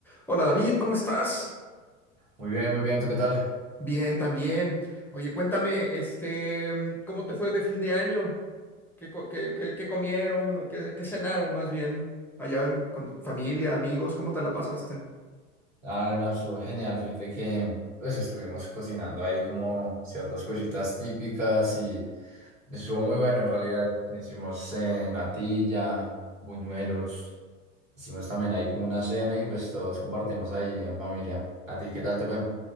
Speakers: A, in the centre; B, on the right (about 80°).
A: Hola David, ¿cómo estás?
B: Muy bien, muy bien, ¿tú qué tal?
A: Bien, también. Oye, cuéntame, este, mm, ¿cómo te fue de fin de año? ¿Qué, co- qué- qué- qué comieron o qué, qué cenaron más bien? Allá en- con tu familia, amigos, ¿cómo te la pasaste?
B: Ah, no, no, estuvo genial. Fíjate que pues estuvimos cocinando ahí como ciertas cositas típicas y estuvo muy bueno en realidad. Hicimos eh, natilla, buñuelos, hicimos también ahí como una cena y pues todos compartimos ahí en familia. ¿A ti qué tal te fue?